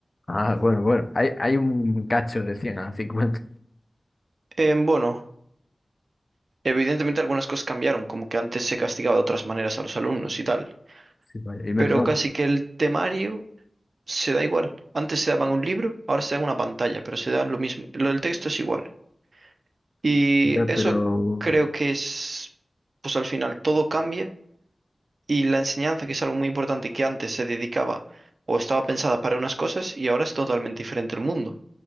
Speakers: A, on the left (about 40°); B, on the right (about 65°).
A: Ah, bueno, bueno, hay, hay un cacho de 100 a cincuenta
B: Eh, bueno. Evidentemente algunas cosas cambiaron, como que antes se castigaba de otras maneras a los alumnos y tal,
A: Sí, vaya, y menos
B: pero
A: mal.
B: casi que el temario se da igual. Antes se daban un libro, ahora se dan una pantalla, pero se da lo mismo. Lo del texto es igual. Y
A: Ya,
B: eso
A: pero
B: creo que es, pues al final todo cambia y la enseñanza, que es algo muy importante, que antes se dedicaba o estaba pensada para unas cosas y ahora es totalmente diferente el mundo.